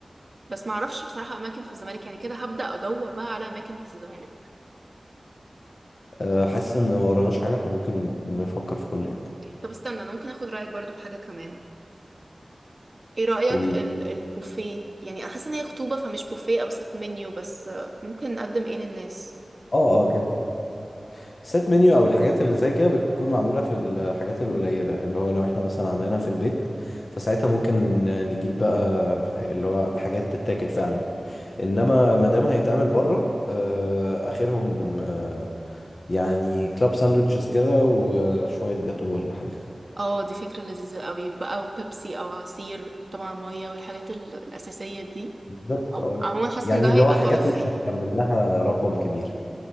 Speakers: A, on the right; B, on the left.
A: بس معرفش بصراحه اماكن في الزمالك يعني كده هبدا ادور بقى على اماكن في الزمالك
B: أه، حاسس ان ما وراناش حاجه احنا ممكن نفكر في كل حته
A: طب استنى انا ممكن اخد رايك برضو في حاجه كمان ايه رأيك
B: قولي لي
A: ال- البوفيه يعني انا حاسه ان هي خطوبة فمش بوفيه او ست منيو بس آه، ممكن نقدم ايه للناس
B: اه اه كده كده سيت منيو او الحاجات اللي زي كده بتكون معموله في الحاجات القليله اللي هو لو احنا مثلا عاملينها في البيت فساعتها ممكن نجيب بقى اللي هو حاجات تتاكل فعلا انما ما دام هيتعمل بره آه، اخرهم آه، يعني كلاب ساندوتشز كده وشويه جاتو ولا حاجه
A: اه دي فكرة لذيذة قوي بقى بيبسي او عصير طبعا مية والحاجات ال- الأساسية دي
B: بالظبط
A: او
B: اه
A: عموما حاسه
B: يعني
A: ان ده
B: اللي
A: هيبقى
B: هو حاجات
A: تحفة
B: مش هتكمل لها رقم كبير